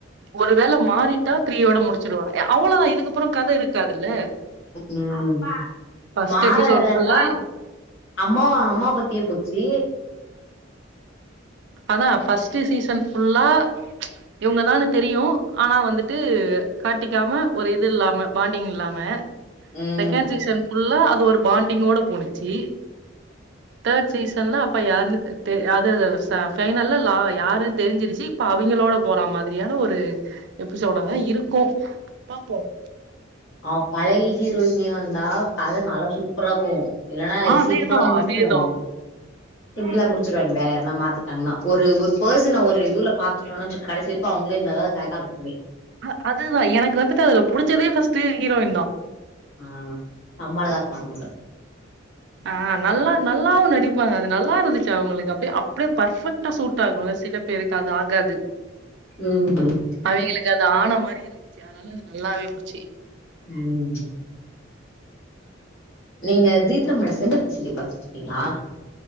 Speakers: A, on the right; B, on the left.
A: ஒரு வேள மாறிட்டா த்ரீயோட முடிச்சிருவாங்க அவ்ளோவுதான் இதுக்கப்புறோ கத இருக்காதுல்ல
B: ம்
A: ஃபர்ஸ்ட்
B: மாறலனா
A: எபிசோட் ஃபுல்லா
B: அம்மாவு அம்மா பத்தியே போச்சி
A: அதான் ஃபர்ஸ்ட்டு சீசன் ஃபுல்லா இவங்க தானு தெரியும் ஆனா வந்துட்டு காட்டிக்காம ஒரு இது இல்லாம பாண்டிங் இல்லாம
B: ம்.
A: செகண்ட் சீசன் ஃபுல்லா அது ஒரு பாண்டிங் ஓட போணச்சி தேர்ட் சீசன்லா அப்பா யாருனு தெரி <unintelligible> ஃபைனல்ல லா யாருன்னு தெரிஞ்சிருச்சி இப்ப அவிங்களோட போற மாதிரியான ஒரு எப்பிசோடாதான் இருக்கோம் பாப்போம்
B: அவ பலைய ஹீரோயினே வந்தா கத நல்லா சூப்பரா போகும் இல்லனா
A: ஆ
B: இது
A: அதேதா
B: சிம்ப்பிள்ளா முடிச்சிருவாங்க
A: அதேதா
B: சிம்புளா முடிச்சிருவாங்க வேற யாருனா மாத்திட்டாங்கனா ஒரு ஒரு பெர்சன்ன ஒரு இதுல பாத்துடோனு வெச் கடைசி வரைக்கும் அவங்களே இருந்ததான் கரெக்ட்டா இருக்குமே
A: அ அதுதா எனக்கு வந்துட்டு அது புடிச்சதே ஃபர்ஸ்ட்டு ஹீரோயின் தா
B: ஆ சம்ம அழகா இருப்பாங்க அவுங்க
A: ஆ நல்லா நல்லாவு நடிப்பாங்க அது நல்லா இருந்துச்சு அவுங்களுக்கு அப்டியே அப்படியே பர்ஃபெக்ட் க்ட்டா சூட் ஆகுல சில பேருக்கு அது ஆகாது
B: ம் ம்
A: அவிங்களுக்கு அது ஆன மாரி இருந்துச்சி அதனால அது நல்லாவே போச்சி
B: ம் நீங்க ஜீ தமிழ் செம்பருத்தி சீரியல் பாத்துட்டு இருக்கீங்களா